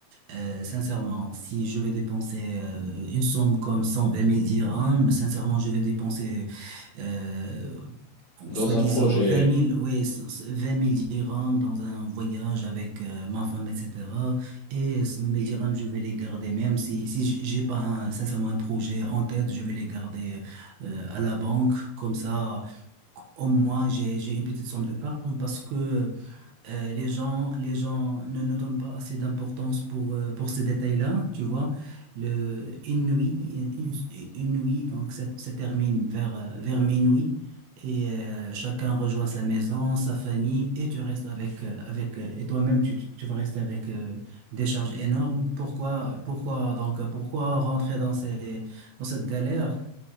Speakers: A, on the right; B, on the left.
A: Euh, sincèrement, si je vais dépenser euh, une somme comme cent vingt mille dirhams, sincèrement, je vais dépenser, euh, bon,
B: Dans
A: soi-disant,
B: un projet,
A: vingt mille oui, c- c- 20 000 dirhams dans un voyage avec euh, ma femme, etc. Et ce- mes dirhams, je vais les garder, même si, si j- j'ai pas, un- sincèrement, un projet en tête, je vais les garder euh, à la banque. Comme ça, au moins, j'ai, j'ai une petite somme de d'épargne parce que euh, les gens, les gens ne, ne donnent pas assez d'importance pour, euh, pour ces détails-là, tu vois. Le, une nuit, une, une nuit, donc ça, ça termine vers, euh, vers minuit et euh, chacun rejoint sa maison, sa famille et tu restes avec, euh, avec euh, et toi-même tu, tu tu vas rester avec euh, des charges énormes. Pourquoi, pourquoi donc, pourquoi rentrer dans ces, dans cette galère?